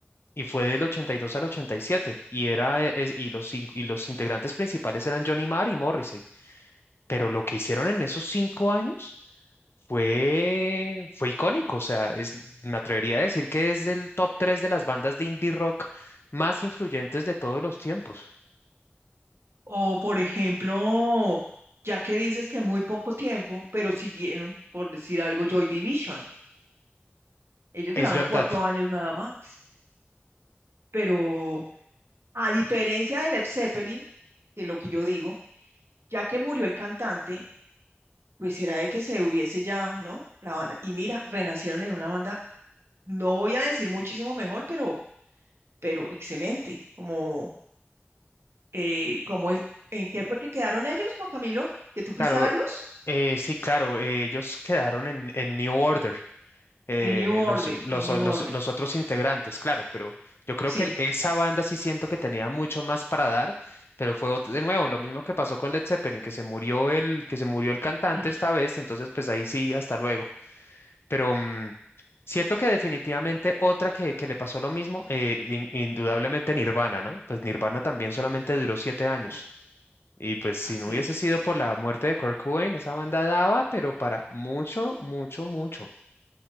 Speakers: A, on the left; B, on the right.
A: y fue del 82 al ochenta y, siete, y, era, eh, es- y, los, in- y los integrantes principales eran Johnny Marr y Morrissey, pero lo que hicieron en esos cinco años fue, fue icónico, o sea, es, me atrevería a decir que es del top 3 de las bandas de indie rock más influyentes de todos los tiempos.
B: O por ejemplo, ya que dices que muy poco tiempo, pero siguieron, por decir algo, Joy Division. Ellos
A: Es
B: duraron
A: verdad.
B: cuatro años nada más, pero a diferencia de Led Zeppelin, de lo que yo digo, ya que murió el cantante, pues era de que se hubiese ya, ¿no? La banda. Y mira, renacieron en una banda, no voy a decir muchísimo mejor, pero, pero excelente. Como, eh, como es, ¿en qué fue que quedaron ellos, Juan Camilo? ¿Que tú fuiste
A: Claro,
B: a verlos?
A: eh, sí, claro, eh, ellos quedaron en, en New Order, eh,
B: En New Order,
A: los, los,
B: en New
A: o- los,
B: Order.
A: los otros integrantes, claro, pero yo creo
B: Sí,
A: que el- esa banda sí siento que tenía mucho más para dar, pero fue ot- de nuevo lo mismo que pasó con Led Zeppelin, que se murió el, que se murió el cantante
B: sí,
A: esta vez, entonces pues ahí sí, hasta luego. Pero mm, siento que definitivamente otra que, que le pasó lo mismo, eh, in- indudablemente Nirvana, ¿no? Pues Nirvana también solamente duró siete años.
B: ah,
A: Y pues si
B: así
A: no hubiese
B: es.
A: sido por la muerte de Kurt Cobain, esa banda daba, pero para mucho, mucho, mucho.